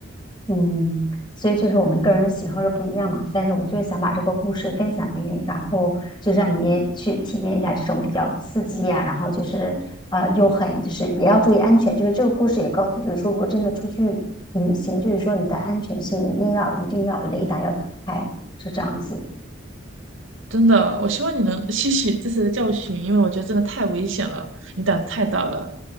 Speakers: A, on the left (about 25°); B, on the right (about 75°).
A: 嗯，所以就是我们个人的喜好是不一样嘛，但是我就是想把这个故事分享给你，然后就让你去体验一下这种比较刺激呀、然后就是呃又很就是也要注意安全，就是这个故事也告诉，就是说如果真的出去旅行，就是说你的安全性一定要一定要雷达要打开，是这样子。
B: 真的，我希望你能吸取这次的教训，因为我觉得真的太危险了，你胆子太大了。